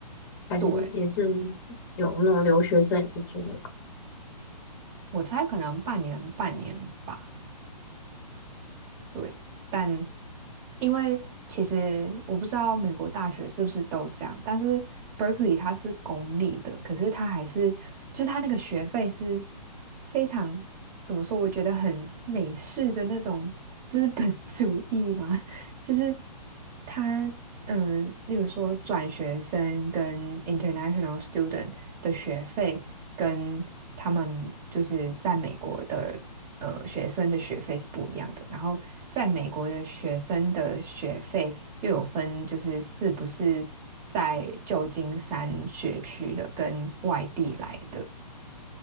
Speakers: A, on the left (about 30°); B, on the right (about 15°).
A: 还是也是
B: 对，
A: 有那种留学生也是住那个？
B: 我猜可能半年半年吧。对，但因为其实我不知道美国大学是不是都这样，但是 Berkeley 它是公立的，可是它还是就是它那个学费是非常怎么说？我觉得很美式的那种资本 <laughs> 主义嘛，就是它嗯，呃例如说转学生跟 international student 的学费跟他们就是在美国的。呃学生的学费是不一样的。然后在美国的学生的学费又有分，就是是不是在旧金山学区的跟外地来的，